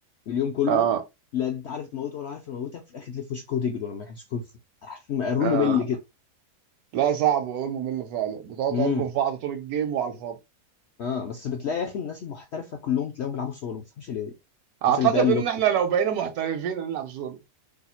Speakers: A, on the left (about 75°); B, on the right (about 70°).
A: اليوم كله
B: اه
A: لا انت عارف تموته ولا عارف يموتك في الاخر تلف وشك وتجروا لما يحدش كله يدخل. عارف الم- الرول
B: اه
A: ممل كده
B: لا صعب والله ممل فعلا بتقعد
A: امم
B: تأجوا في بعض طول الجيم وعلى الفاضي
A: اه بس بتلاقي يا اخي الناس المحترفه كلهم تلاقيهم بيلعبوا سولو ما تفهمش ليه
B: اعتقد
A: الناس اللي بقى اللي
B: ان احنا لو بقينا محترفين هنلعب سولو